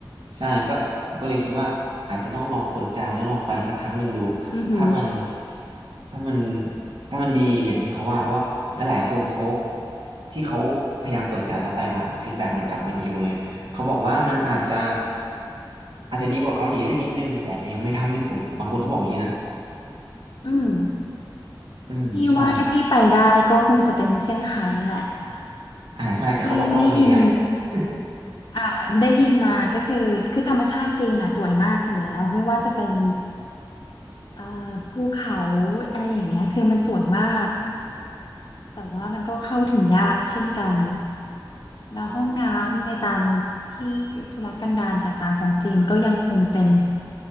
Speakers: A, on the right; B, on the left.
A: ใช่ก็ผมก็เลยคิดว่าอาจจะต้องลองเปิดใจแล้วลองไปสักครั้งหนึ่งดู
B: อือหือ
A: ถ้ามันถ้ามันถ้ามันดีอย่างที่เขาว่าเพราะว่าหลายๆคนเขาที่เขาพยายามเปิดใจแล้วไปมาฟีดแบ็กมันกลับมาดีหมดเลยเขาบอกว่ามันอาจจะอาจจะดีกว่าเกาหลีด้วยนิดนึงแต่อาจจะยังไม่เท่าญี่ปุ่นบางคนเขาบอกอย่างนี้นะ
B: อืม
A: อืมใช่
B: พี่ว่าถ้าพี่ไปได้ก็คงจะเป็นเซี่ยงไฮ้แหละแต่
A: อ่าใช่แต่เขาบอกต้องเมืองใหญ่ๆ
B: ที่ได้ยินอ่าได้ยินมาก็คือคือธรรมชาติจีนอ่ะสวยมากอยู่แล้วไม่ว่าจะเป็นเอ่อภูเขาอะไรอย่างเงี้ยคือมันสวยมาก แต่ว่ามันก็เข้าถึงยากเช่นกันแล้วห้องน้ำในตามที่ธุรกันดารต่างๆของจีนก็ยังคงเป็น